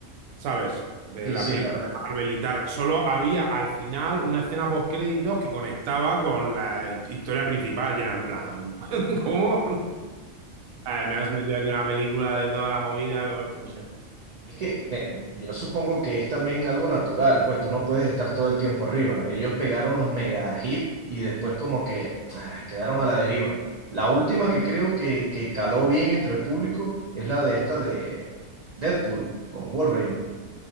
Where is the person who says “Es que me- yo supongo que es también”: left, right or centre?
Right